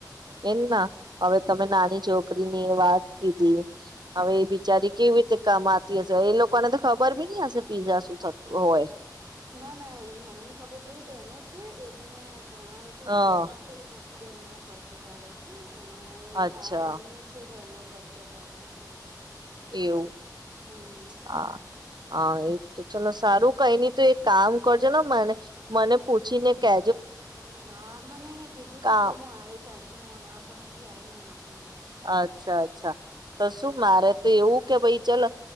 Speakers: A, on the right; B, on the right.
A: એમ ના હવે તમે નાની છોકરીની વાત કીધી હવે એ બિચારી કેવી રીતે કમાતી હશે એ લોકોને તો ખબર બી નઈ હશે પીઝા શું થતું હોય
B: ના ના એની મમ્મી ને ખબે બે બેહેનો છે એકને ભણાવે છે
A: હા
B: સ્કૂલ માટે એ મો બેનનો ખર્ચો કાઢે છે અને
A: અચ્છા
B: આ મમ્મી છે ઘરનો ખર્ચો કાઢ્યો છે
A: એવું
B: હમ
A: હા હા એ તો ચલો સારું કઈ નની તો એ કામ કરજો ને મને મને પૂછી ને કે
B: હા મને એને કીધું
A: કામ
B: તું કે હું આવીઈશ આન મળવા પણ હજી આઈ નથી
A: અચ્છા, અચ્છા તો શું મારે તો એવું કે ભાઈ ચાલ